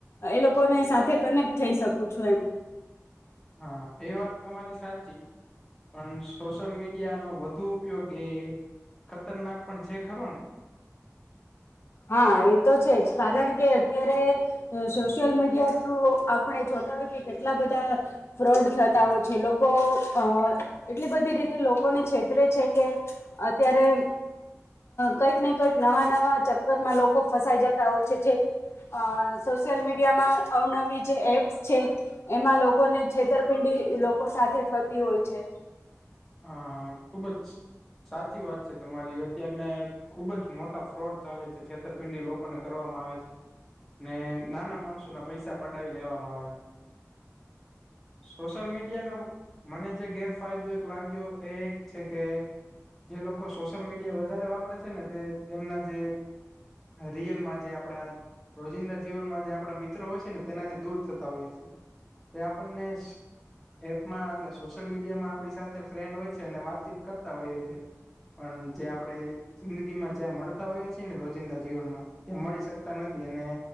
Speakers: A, on the left (about 55°); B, in the centre.
A: એ લોકોને સાથે કનેક્ટ થઈ શકું છું એમ
B: હા એ વાત તમારી સાચી પણ સોશિયલ મીડિયા નો વધુ ઉપયોગ એ ખતરનાક પણ છે ખરો ને
A: હા એ તો છે જ કારણ કે અત્યારે સોશિયલ મીડિયા થ્રુ આપણે જોતા હોય કે કેટલા બધા ફ્રોડ થતા હોય છે લોકો અ એટલી બધી રીતે લોકોને છેતરે છે કે અત્યારે કંઈક ને કંઈક નવા નવા ઘરમાં લોકો ફસાઈ જતા હોય છે જે અ સોશિયલ મીડિયામાં અવનવી જે એપ્સ છે એમાં લોકોને છેતરપિંડી લોકો સાથે થતી હોય છે
B: હા હા ખુબ જ સાચી વાત છે તમારી અત્યારને ખુબ જ મોટ ફ્રોડ ચાલે છે છેતરપિંડી લોકોને કરવામાં આવે છે ને નાના માણસો ના પૈસા પડાવી લેવામાં આવે છે સોશિયલ મીડિયાનો મને જે ગેરફાયદો એક લાગ્યો એ એક છે કે જે લોકો સોશિયલ મીડિયા વધારે વાપરે છે ને તે તેમના જે રિયલમાં જે આપડા રોજિંદા જીવનમાં જે આપણા મિત્રો હોય છે ને તેનાથી દૂર થતા હોઈએ છે આપણે એપમાં એટ સોશિયલ મીડિયામાં આપ ફ્રેન્ડ હોય છે અને વાતચીત કરતા હોઈએ છીએ. પણ જે આપડણે જિંદગી માં જ્યાં મળતા હોય છીએ ને રોજિંદા જીવનમાં ત્યાં મળી શકતા નથી. અને